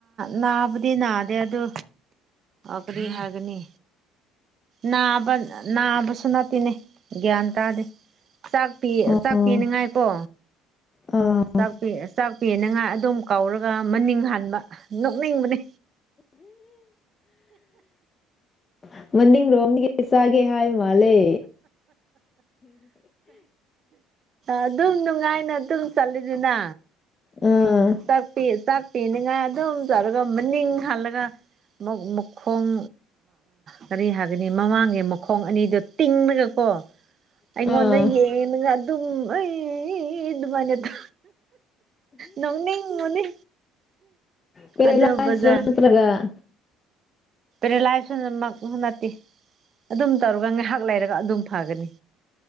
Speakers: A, on the right (about 45°); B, on the left (about 25°).
A: ꯅꯥꯕꯗꯤ ꯅꯥꯗꯦ ꯑꯗꯨ ꯀꯔꯤ ꯍꯥꯏꯒꯅꯤ ꯅꯥꯕ ꯅꯥꯕꯁꯨ ꯅꯠꯇꯦꯅꯦ ꯒ꯭ꯌꯥꯟ ꯇꯥꯗꯦ꯫ ꯆꯥꯛ ꯄꯤ
B: ꯑꯣ
A: ꯆꯥꯛ
B: ꯑꯣ
A: ꯄꯤꯅꯤꯉꯥꯏ ꯀꯣ
B: ꯑꯥ
A: ꯆꯥꯛꯄꯤ ꯆꯥꯛꯄꯤꯅꯉꯥꯏ ꯑꯗꯨꯝ ꯀꯧꯔꯒ ꯃꯅꯤꯡ ꯍꯟꯕ ꯅꯣꯛꯅꯤꯡꯕꯅꯦ
B: ꯎꯝ <unintelligible> ꯑꯅꯤꯡ ꯔꯣꯝꯗꯤ ꯀꯩ ꯆꯥꯒꯦ ꯍꯥꯏꯕ ꯃꯥꯜꯂꯦ
A: ꯑꯗꯨꯝ ꯅꯨꯡꯉꯥꯏꯅ ꯑꯗꯨꯝ ꯆꯠꯂꯤꯗꯅ
B: ꯑꯥ
A: ꯆꯥꯛ ꯆꯥꯛ ꯄꯤꯅꯤꯡꯉꯥꯏ ꯑꯗꯨꯝ ꯆꯥꯎꯧꯔꯒ ꯃꯅꯤꯡ ꯍꯥꯜꯂꯒ ꯃꯈꯣꯡ ꯀꯔꯤ ꯍꯥꯏꯒꯅꯤ ꯃꯃꯥꯡꯒꯤ ꯃꯈꯣꯡ ꯑꯅꯤꯗꯣ ꯇꯤꯡꯉꯒꯀꯣ ꯑꯩꯉꯣꯟꯗ
B: ꯑꯥ
A: ꯌꯦꯡꯉꯒ ꯑꯗꯨꯝ ꯑꯩ ꯑꯗꯨꯃꯥꯏꯅꯗꯣ ꯅꯣꯛꯅꯤꯡꯕꯅꯤ
B: ꯀꯦꯔ
A: ꯑꯗꯨ
B: ꯂ ꯍꯥꯏꯁꯔꯣ
A: ꯕꯖꯥꯔ
B: ꯅꯠꯇ꯭ꯔꯒ <inaudible>
A: ꯔꯤꯂꯥꯏꯖꯦꯟꯃꯛ ꯅꯠꯇꯦ ꯑꯗꯨꯝ ꯇꯧꯔꯒ ꯉꯥꯏꯍꯥꯛ ꯂꯩꯔꯒ ꯑꯗꯨꯝ ꯐꯒꯅꯤ꯫